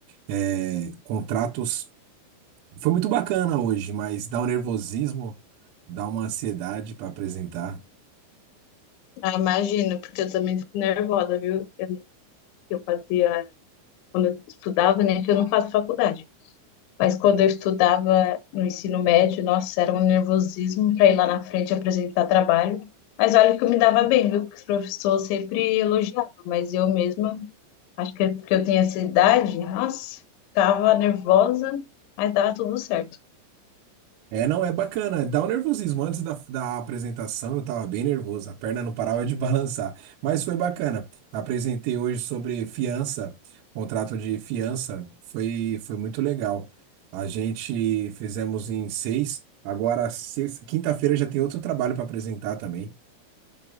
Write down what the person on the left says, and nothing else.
Ah, imagino, porque eu também fico nervosa, viu? Eu, lembro que eu fazia, quando eu estudava, né, que eu não faço faculdade. Mas quando eu estudava no ensino médio, nossa, era um nervosismo para ir lá na frente apresentar trabalho. Mas olha que eu me dava bem, viu? Que os professores sempre elogiavam, mas eu mesma Acho que porque eu tinha essa idade, nossa, ficava nervosa, mas dava tudo certo.